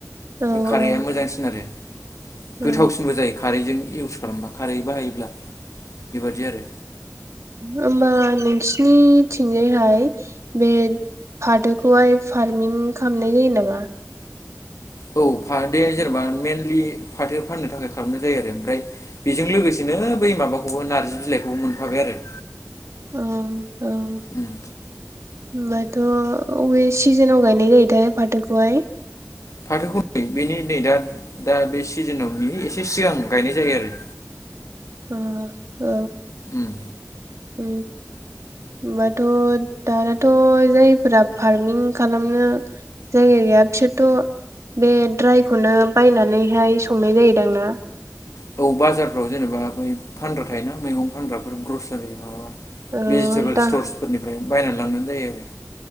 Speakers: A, on the right; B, on the left.
A: औ
B: ओ खारैआ
A: औ
B: मोजांसिन आरो
A: औ
B: गोथावसिन। जबो जायो खारैजों इउस खालामबा खारै बाहायोब्ला बेबादि आरो
A: होमबा नोंसिनिथिंजायहाय बे फाथोखौहाय फार्मिं खालामनाय जायो नामा
B: औ फाथो जेनेबा मेइेनलि फाथो फाननो थाखाय खालामनाय जायो आरो ओमफ्राय बेजों लोगोसेनो बै माबाखौबो नार्जि बिलाइखौबो मोनफाबाय आरो
A: अ औ
B: उम
A: होमबाथ' अबे सिजोनाव गायनाय जायोथाय फाथोखौहाय
B: फाथोखौ <unintelligible> बेनि नै दा दा बे सिजोनाव बि एसे सिगां गायनाय जायो आरो
A: अ औ
B: उम
A: औ होनबाथ' दानाथ' जायफोरा फार्मिं खालामनो जायगा गैया बिसोरथ' बे द्रायखौनो बायनानैहाय संनाय जायोदांं ना
B: औ बाजारफ्राव जेनेबा बै फानग्रा थायोना मैगं फानग्राफोर ग्रसारि माबा
A: ओ
B: भेजिटेबोल
A: दा
B: स्टरस फोरनिफ्राय बायनानै लांगोन जायो आरो